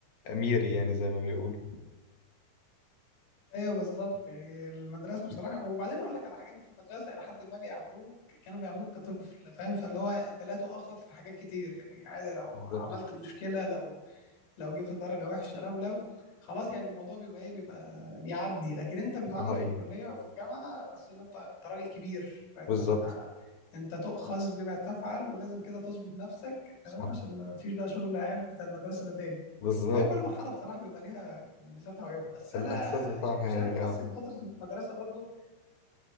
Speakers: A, on the left; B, on the left.
A: أميري يعني زي ما بيقولوا
B: ايوه بالظبط يعني المدرسه بصراحه وبعدين اقول لك على حاجه انت في المدرسه الى حد ما بيعاملوك كانوا بيعاملوك كطفل فاهم فاللي هو انت لا تؤاخذ في حاجات كتير يعني عادي لو
A: بالظبط
B: عملت مشكله لو لو جه في درجه وحشه لو لو خلاص يعني الموضوع بيبقى ايه بيبقى بيعدي لكن انت بتعامل
A: ده حقيقي
B: في الكليه وفي الجامعه على اساس ان انت انت راجل كبير فاهم
A: بالظبط
B: فانت انت تؤخذ بما تفعل ولازم كده تظبط نفسك
A: صح
B: تمام عشان ما فيش بقى شغل العيال بتاع المدرسه ده تاني
A: بالظبط
B: فهي كل مرحله بصراحه بيبقى ليها يعني مميزاتها وعيوبها بس انا
A: الإحساس بتاعها
B: يعني مش عارف
A: يعني
B: حاسس
A: اه
B: ان فتره المدرسه برضو